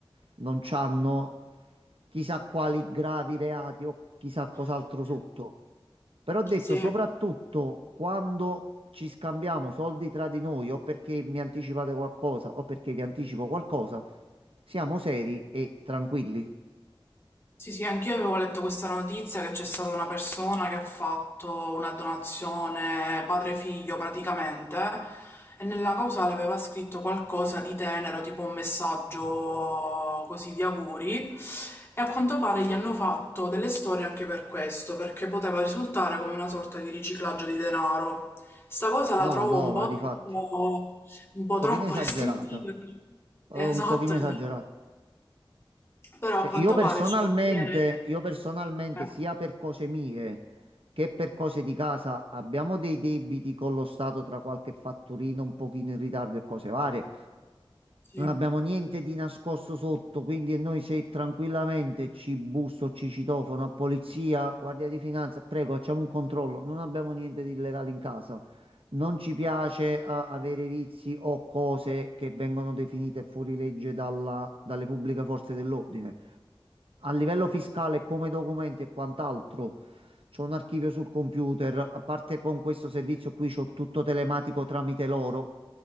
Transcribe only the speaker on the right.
non c'hanno chissà quali gravi reati o chissà cos'altro sotto. Però ho detto
soprattutto quando ci scambiamo soldi tra di noi o perché mi anticipate qualcosa o perché vi anticipo qualcosa, siamo seri e tranquilli.
No,
no,
ma
di
fatti, un
pochino
esagerata,
eh,
un pochino
esagerata.
Cioè,
io personalmente,
io personalmente,
sia per cose mie che per cose di casa, abbiamo dei debiti con lo Stato tra qualche fatturino un pochino in ritardo e cose varie.
Non abbiamo niente di nascosto sotto, quindi noi se tranquillamente ci busso, ci citofono a polizia, guardia di finanza, prego, facciamo un controllo. Non abbiamo niente di illegale in casa. Non ci piace eh, avere vizi o cose che vengono definite fuori legge dalla- dalle pubbliche forze dell'ordine. A livello fiscale, come documenti e quant'altro, c'ho un archivio sul computer, a parte con questo servizio qui c'ho tutto telematico tramite loro.